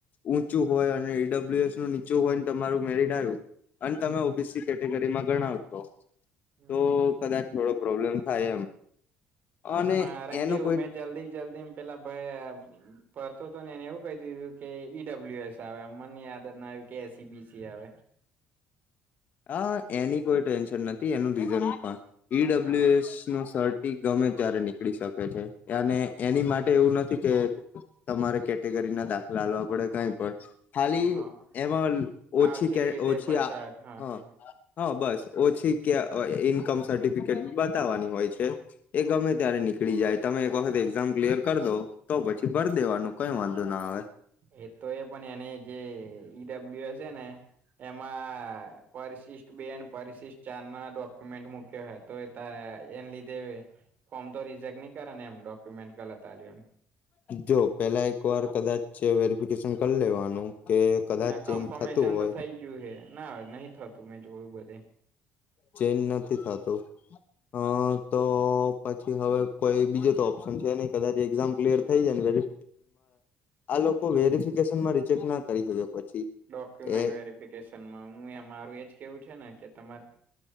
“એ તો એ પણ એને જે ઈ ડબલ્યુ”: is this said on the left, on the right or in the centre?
Right